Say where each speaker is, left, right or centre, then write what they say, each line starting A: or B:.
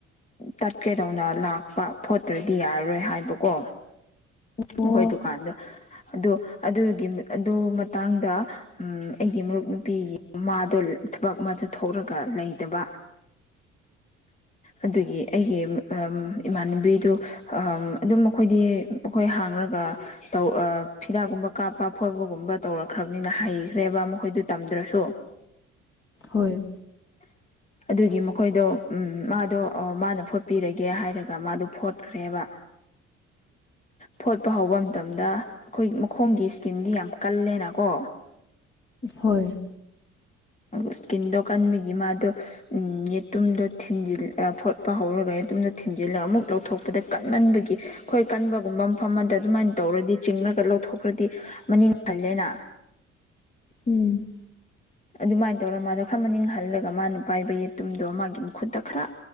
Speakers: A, on the left (about 20°); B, on the left (about 35°).
A: ꯇꯠꯀꯦꯗꯧꯅ ꯂꯥꯛꯄ ꯐꯣꯠꯇ꯭ꯔꯗꯤ ꯌꯥꯔꯔꯣꯏ ꯍꯥꯏꯕꯀꯣ
B: ꯑꯣ
A: ꯃꯈꯣꯏ ꯗꯨꯀꯥꯟꯗꯣ꯫ ꯑꯗꯣ ꯑꯗꯨꯒꯤ ꯑꯗꯨ ꯃꯇꯥꯡꯗ ꯎꯝ ꯑꯩꯒꯤ ꯃꯔꯨꯞ ꯅꯨꯄꯤꯒꯤ ꯃꯃꯥꯗꯣ ꯊꯕꯛ ꯑꯃ ꯆꯠꯊꯣꯛꯔꯒ ꯂꯩꯇꯕ꯫ ꯑꯗꯨꯒꯤ ꯑꯩꯒꯤ ꯏꯃꯥꯟꯅꯕꯤꯗꯨ ꯑꯗꯨꯝ ꯃꯈꯣꯏꯗꯤ ꯃꯈꯣꯏ ꯍꯥꯡꯂꯒ ꯇꯧ ꯑ ꯍꯤꯗꯥꯛꯀꯨꯝꯕ ꯀꯥꯞꯄ ꯐꯣꯠꯄꯒꯨꯝꯕ ꯇꯧꯔꯛꯈ꯭ꯔꯕꯅꯤꯅ ꯍꯩꯈ꯭ꯔꯦꯕ ꯃꯈꯣꯏꯗꯨ ꯇꯝꯗ꯭ꯔꯁꯨ ꯎꯝ
B: ꯍꯣꯏ
A: <inaudible> ꯑꯗꯨꯒꯤ ꯃꯈꯣꯏꯗꯨ ꯎꯃ ꯃꯥꯗꯣ ꯃꯥꯅ ꯐꯣꯠꯄꯤꯔꯒꯦ ꯍꯥꯏꯔꯒ ꯃꯥꯗꯣ ꯐꯣꯠꯈ꯭ꯔꯦꯕ꯫ ꯐꯣꯠꯄ ꯍꯧꯕ ꯃꯇꯝꯗ ꯑꯩꯈꯣꯏ ꯃꯈꯣꯡꯒꯤ ꯏꯁꯀꯤꯟꯗꯤ ꯌꯥꯝ ꯀꯜꯂꯦꯅꯀꯣ
B: ꯍꯣꯏ
A: ꯏꯁꯀꯤꯟꯗꯣ ꯀꯟꯕꯒꯤ ꯃꯥꯗꯣ ꯌꯦꯠꯇꯨꯝꯗꯣ ꯊꯤꯟꯖꯤꯟ ꯐꯣꯠꯄ ꯍꯧꯔꯒ ꯌꯦꯇꯨꯝꯗꯣ ꯊꯤꯟꯖꯤꯜꯂꯒ ꯑꯃꯨꯛ ꯂꯧꯊꯣꯛꯄꯗ ꯀꯟꯃꯟꯕꯒꯤ ꯑꯩꯈꯣꯏ ꯀꯟꯕꯒꯨꯝꯕ ꯃꯐꯝ ꯑꯃꯗ ꯑꯗꯨꯃꯥꯏꯅ ꯇꯧꯔꯗꯤ ꯆꯤꯡꯉꯒ ꯂꯧꯊꯣꯛꯈ꯭ꯔꯗꯤ ꯃꯅꯤꯡ ꯍꯜꯂꯦꯅ
B: ꯎꯝ
A: ꯑꯗꯨꯃꯥꯏꯅ ꯇꯧꯔꯒ ꯃꯥꯗꯣ ꯈꯔ ꯃꯅꯤꯡ ꯍꯜꯂꯒ ꯃꯥꯅ ꯄꯥꯏꯕ ꯌꯦꯇꯨꯝꯗꯣ ꯃꯥꯒꯤ ꯃꯈꯨꯠꯇ ꯈꯔ